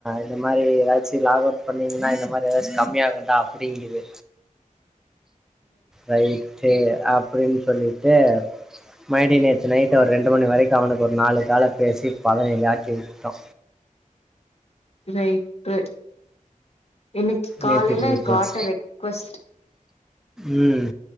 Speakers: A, in the centre; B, on the left (about 45°).
A: இந்த மாரி எதாச்சி லாகவுட் பண்ணிங்கன்னா இந்த மாரி ஏதாச்சு கம்மியாகுண்டா அப்பிடிங்குது ரைட்டு அப்பிடின்னு சொல்லிட்டு மரிடி நேற்று நைட்டு ஒரு ரெண்டு மணி வரைக்கு அவனுக்கு ஒரு நாலு கால பேசி பதினேழு ஆக்கி விட்டோ
B: ரைட்டு இன்னிக்கி காலையில
A: நேத்து இப்படி
B: ஐ
A: போச்சு
B: காட் எ ரிக்வஸ்ட்
A: ம்